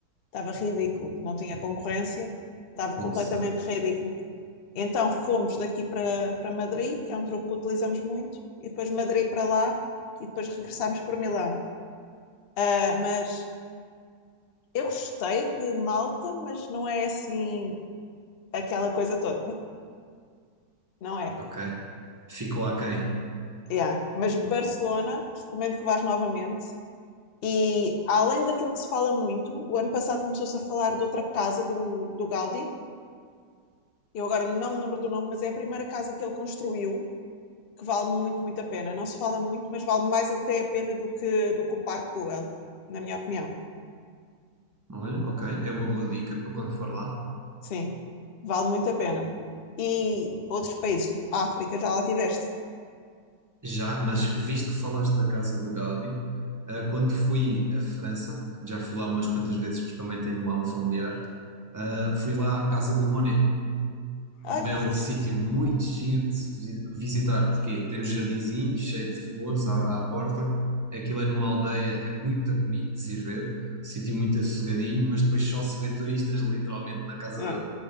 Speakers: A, on the left; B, on the right.
A: Estava ridículo, não tinha concorrência, estava
B: Poça,
A: completamente ridículo. Então fomos daqui para, para Madrid, que é um truque que utilizamos muito, e depois Madrid para lá, e depois regressámos para Milão. Ah, mas eu gostei de Malta, mas não é assim aquela coisa toda, não é?
B: ok. Ficou aquém.
A: Yeah. Mas Barcelona, recomendo que vás novamente. E além daquilo que se fala muito, o ano passado começou-se a falar de outra casa do, do Gaudí Eu agora não me lembro do nome, mas é a primeira casa que ele construiu, que vale muito, muito a pena. Não se fala muito, mas vale mais até a pena do que, do que o Parque Güell, na minha opinião.
B: Olha, ok, é uma boa dica para quando for lá.
A: Sim, vale muito a pena. E outros países, tipo África, já lá tiveste.
B: Já, mas visto que falaste da casa do Gaudi, ah, quando fui à França, já fui lá umas quantas vezes porque também tenho lá um familiar, ah, fui lá à casa do Monet.
A: Ai,
B: Também
A: fiz.
B: é um sítio muito giro de se vi- visitar, porque tem os jardinzinhos cheio de flores à, à porta. Aquilo é numa aldeia, é muito bonito de se ir ver, sítio muito assossegadinho, mas depois só se vê turistas literalmente na casa
A: É,
B: dele.